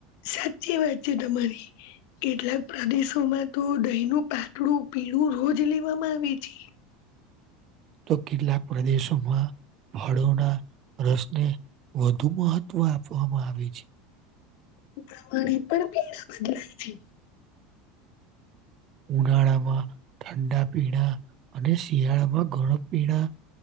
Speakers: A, on the left; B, on the right.
A: સાચી વાત છે તમારી કેટલાક પ્રદેશોમાં તો દહી ન પાતળું પી હું રોજ લેવામાં આવી છ
B: તો કેટલાક પ્રદેશોમાં ફાળોના રસને વધુ મહત્ત્વ આપવામાં આવે છે
A: ુ પ્રમાણે પણ પે વધધરા છે
B: ઉનાળામાં ઠંડા પીણા અને શિયાળામાં ઘણમ પીણા